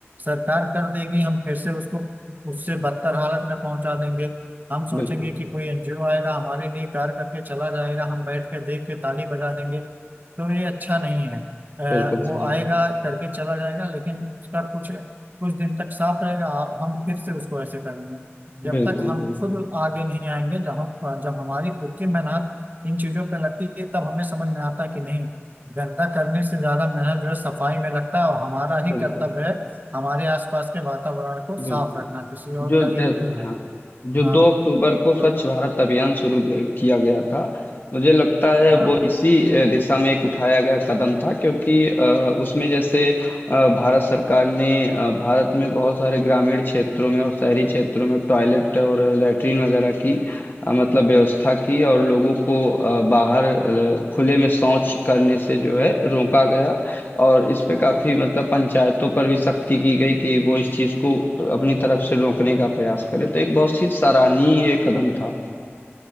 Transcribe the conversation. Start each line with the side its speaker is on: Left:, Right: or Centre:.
Right: सरकार कर देगी हम फिर से उसको उससे बदतर हालत में पहुंचा देंगे हम सोचेंगे
Left: बिल्कुल
Right: कि कोई एनजीओ आएगा हमारे लिए कार्य करके चला जाएगा हम बैठ के देख के ताली बजा देंगे तो ये अच्छा नहीं है अ,
Left: बिल्कुल
Right: वो
Left: सही
Right: आएगा
Left: बात
Right: करके चला जाएगा लेकिन उसका कुछ कुछ दिन तक साफ रहेगा आ- हम फिर से उसको ऐसे कर लेंगे जब
Left: बिल्कुल
Right: तक हम
Left: बिल्कुल
Right: खुद आगे नहीं आएंगे जब हम जब हमारी खुद की मेहनत इन चीजों पे लगती है तब हमें समझ में आता है कि नहीं गंदा करने से ज्यादा मेहनत जो है सफाई में लगता है और हमारा ही
Left: बिल्कुल
Right: कर्तव्य है हमारे आसपास के वातावरण को साफ
Left: बिल्कुल
Right: रखना किसी और
Left: जो
Right: का
Left: ज-
Right: ये नहीं है
Left: हाँ जो
Right: हाँ
Left: दो अक्टूबर को स्वच्छ
Right: तो
Left: भारत अभियान शुरू गे- किया गया था मुझे लगता है
Right: हाँ
Left: वो इसी अ, दिशा में एक उठाया गया कदम था क्योंकि अ, उसमें जैसे अ, भारत सरकार ने अ, भारत में बहुत सारे ग्रामीण क्षेत्रों में और शहरी क्षेत्रों में टॉयलेट और लैट्रीन वगैरह की अ, मतलब व्यवस्था की और लोगों को अ, बाहर अ, खुले में शौच करने से जो है रोका गया और इस पे काफी मतलब पंचायतों पर भी सख्ती की गई कि वो इस चीज को अपनी तरफ से रोकने का प्रयास करें तो एक बहुत ही सराहनीय कदम था